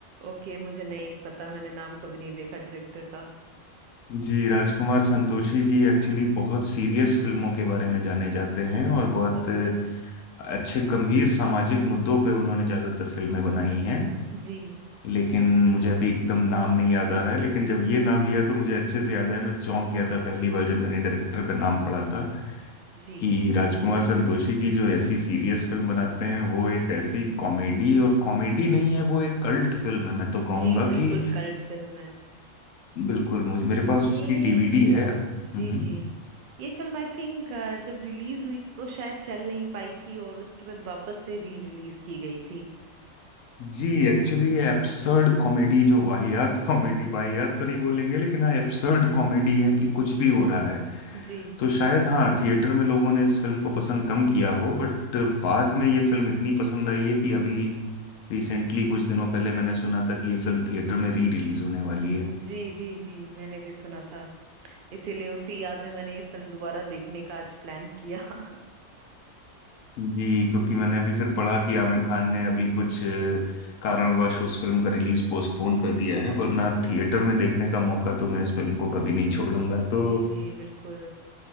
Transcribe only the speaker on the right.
ओके मुझे नहीं पता मैंने नाम कभी नहीं देखा डायरेक्टर का
ओके
जी
जी
जी बिल्कुल
कल्ट फिल्म है
ये
जी
जी ये फिल्म आई थिंक जब रिलीज हुई थी तो शायद चल नहीं पाई थी और उसके बाद वापस से री रिलीज की गई थी
जी
जी जी जी मैंने भी सुना था इसीलिए उसी याद में मैंने ये फिल्म दोबारा देखने का आज प्लान किया <laughs>
जी
जी
जी जी बिल्कुल